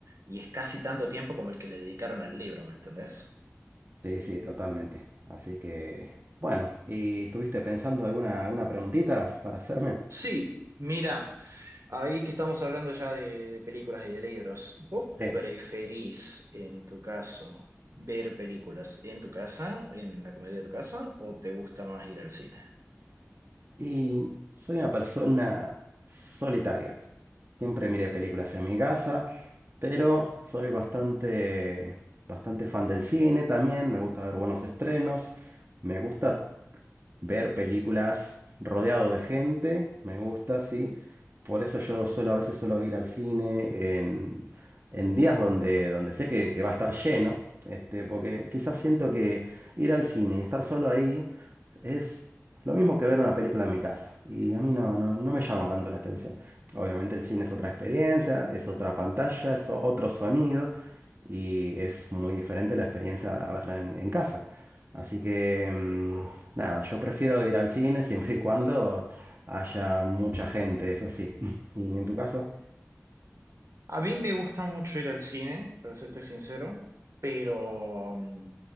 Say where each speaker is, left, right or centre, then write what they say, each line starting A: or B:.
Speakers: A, on the right (about 65°); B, on the right (about 40°).
A: y es casi tanto tiempo como el que le dedicaron al libro, ¿me entendés?
B: Sí, sí, totalmente. Así que, bueno, ¿y estuviste pensando alguna, alguna preguntita para hacerme?
A: Sí, mira. Ahí que estamos hablando ya de, de películas y de libros, ¿vos
B: Sí.
A: preferís, en tu caso, ver películas en tu casa, en la comedia de tu casa, o te gusta más ir al cine?
B: Y soy una persona solitaria. Siempre miré películas en mi casa. pero soy bastante, bastante fan del cine también, me gusta ver buenos estrenos, me gusta ver películas rodeado de gente, me gusta, sí. Por eso yo suelo, a veces suelo ir al cine en, en días donde, donde sé que, que va a estar lleno, este, porque quizás siento que ir al cine y estar solo ahí es lo mismo que ver una película en mi casa. Y a mí no, no, no me llama tanto la atención. Obviamente el cine es otra experiencia, es otra pantalla, es o- otro sonido y es muy diferente la experiencia a verla en en casa. Así que, mm, nada, yo prefiero ir al cine siempre y cuando haya mucha gente, eso sí. <laughs> ¿Y en tu caso?
A: A mí me gusta mucho ir al cine, para serte sincero, pero mm,